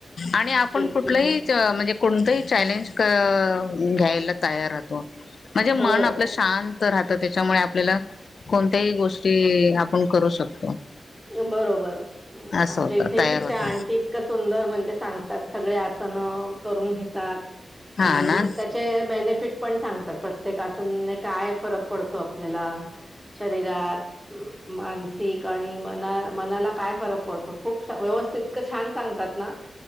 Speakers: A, on the left (about 60°); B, in the centre.
A: आणि आपण
B: चिडचिड
A: कुठलंही म्हणजे कोणतंही चॅलेंज घ्यायला तयार होतो म्हणजे
B: हो
A: मन आपलं शांत राहत त्याच्यामुळे आपल्याला कोणत्याही गोष्टी आपण करू शकतो
B: बरोबर
A: असं
B: आमच्या
A: होत
B: इथेही
A: तयार होत
B: त्या आणंटी इतकं सुंदर म्हणजे सांग त्यात सगळे आसन करून घेतात
A: हा
B: आणि
A: ना
B: त्याचे बेनिफिट पण सांगतात प्रत्येकन काय फरक पडतो आपल्याला शरीात मा आणि मनाला काय फरक पडतो खूप व्यवस्थिततकं छान सांगतात ना